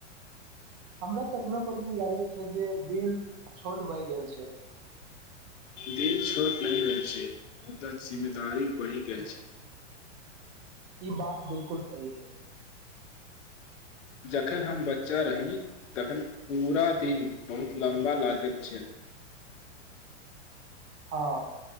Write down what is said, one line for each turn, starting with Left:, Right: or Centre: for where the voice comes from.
Right: हमरा कखनो कखनो लागैत छै जे दिन छोट भऽ गेल छै
Left: दिन छोट नहि भेल छै मुदा जिम्मेदारी बढ़ि गेल छै
Right: ई बात बिलकुल सही छै
Left: जखन हम बच्चा रही तखन पूरा दिन बहुत लम्बा लागैत छल
Right: हँ